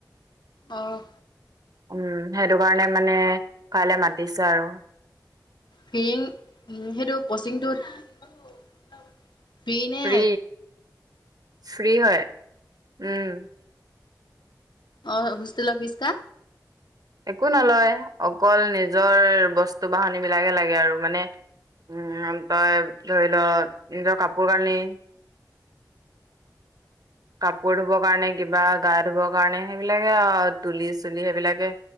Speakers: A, on the left (about 85°); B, on the right (about 60°).
A: অহ।
B: উম, সেইটো কাৰণে মানে কাইলৈ মাতিছে আৰু।
A: ফ্ৰিং উম সেইটো ক্ৰচিংটোত ফ্ৰিনে?
B: ফ্ৰী ফ্ৰী হয়, উম।
A: অ', হোষ্টেল ফ্ৰীচতা?
B: একো নলয় অকল নিজৰ বস্তু বাহনীবিলাকে লাগে আৰু মানে উম, তই ধৰি ল নিজৰ কাপোৰ কানি। কাপোৰ ধুবৰ কাৰণে কিবা গা ধুবৰ কাৰণে। সেইবিলাকে আৰু তুলি চুলি সেইবিলাকে।